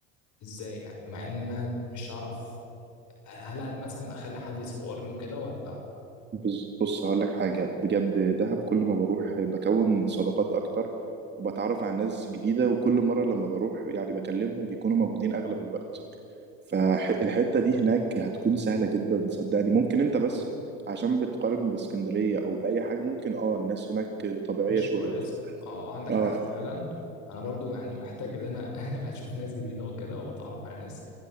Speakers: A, on the left; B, on the right.
A: ازاي يعني مع ان انا مش هعرف هل هل مثلا اخلي حد يصورني وكده ولا
B: بص بص هقول لك حاجة بجد دهب كل ما بروح بكون صداقات أكتر وبتعرف على ناس جديدة وكل مرة لما بروح يعني بكلمهم بيكونوا موجودين أغلب الوقت فالحتة دي هناك هتكون سهلة جدا صدقني ممكن أنت بس عشان بتقارن باسكندرية أو بأي حاجة ممكن أه الناس هناك طبيعية
A: مش
B: شوية
A: كويس اه آه، عندك
B: أه
A: حق فعلا انا برضو يعني محتاج ان انا <laughs> اشوف ناس جديده وكده واتعرف على ناس